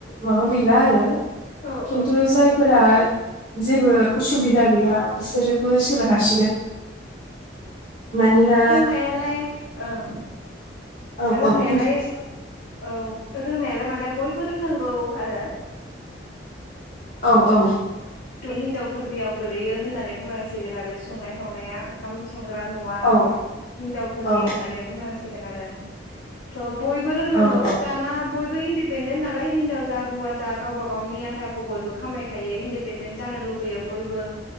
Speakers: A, on the left; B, on the left.
A: माबा गैला आरो
B: औ
A: खिन्थु
B: औ नंगौ
A: जायफोरा जेबो उसुबिदा गैया रोबो सोनो हासिगोन मानोना
B: नायालाय ओं
A: औ
B: रोंनायालाय
A: औ बुंदो दे नोंथां
B: औ रोंनायालाय माने बयबो रोंनांगौ आरो
A: औ औ
B: हिनजावफोरनियाव गोलैयो होननानै बुंनांसिगोन आरो संनाय- खावनाया ओंखाम संग्रा न'आ
A: औ
B: हिनजावफोरनि
A: औ
B: होननानै बुंनांसिगोन आरो थ' बयबो रोंनांगौ
A: औ औ
B: दाना बयबो इन्दिपेन्डेन्ट नालाय हिनजाव जा हौवा जा गावब गाव आन्थाखौ बयबो खामायखायो इन्दि पेनडेन्ट जानो लुबैयो बयबो